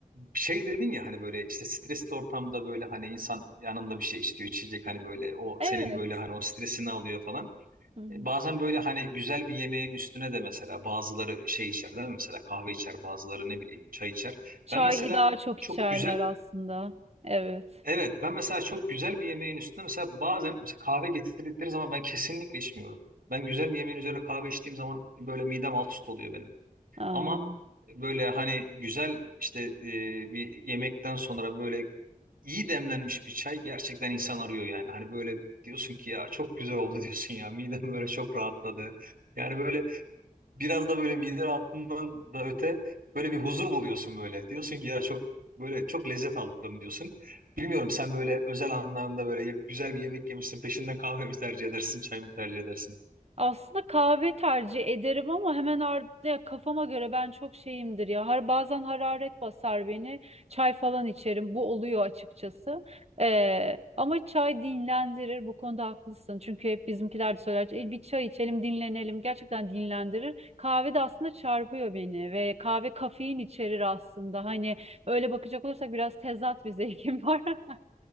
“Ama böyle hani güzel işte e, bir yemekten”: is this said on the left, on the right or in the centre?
Right